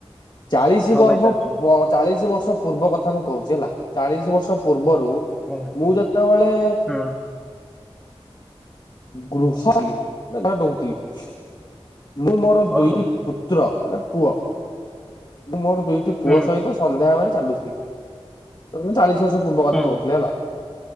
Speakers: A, on the left; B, in the centre.
A: ଚାଳିଶ
B: ହଁ
A: ବର୍ବ
B: ଭାଇ ଚାଲୁଛନ୍ତି
A: ବ ଚାଳିଶ ବର୍ଷ ପୂର୍ବ କଥା ମୁଁ କହୁଚି ହେଲା ଚାଳିଶ ବର୍ଷ ପୂର୍ବ ରୁ
B: ହଁ ଭାଇ
A: ମୁଁ ଯେତୋବେଳେ
B: ହୁଁ
A: ଗୃହ ଇ ତାଙ୍କର ଦୋଉତିଲି ମୁଁ ମୋର ଦୁଇ
B: ଓହୋ
A: ରି ପୁତ୍ର ମାନେ ପୁଅ ମୁଁ ମୋର ଦୁଇଟି ପୁଅ
B: ହୁଁ
A: ସହିତ ସନ୍ଧ୍ୟାବେଳେ ଚାଲୁଥିଲି ତତେ ସେତେଳେ ଚାଲିସି ବର୍ଷ ପୂର୍ବ କଥା
B: ହୁଁ
A: କଉଥିଲି ହେଲା